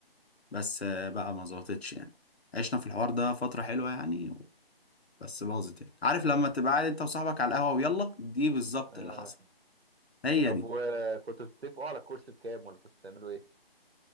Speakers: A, on the left; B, on the right.
A: بس آه، بقى
B: مم.
A: ما ظبطتش يعني عشنا في الحوار ده فتره حلوه يعني و- بس باظت يعني عارف لما تبقى قاعد انت وصاحبك على القهوه ويلا دي بالظبط
B: آه.
A: اللي حصل هي
B: طب
A: دي
B: وكنتوا بتتفقوا على الكورس بكام ولا كنتوا بتعملوا ايه؟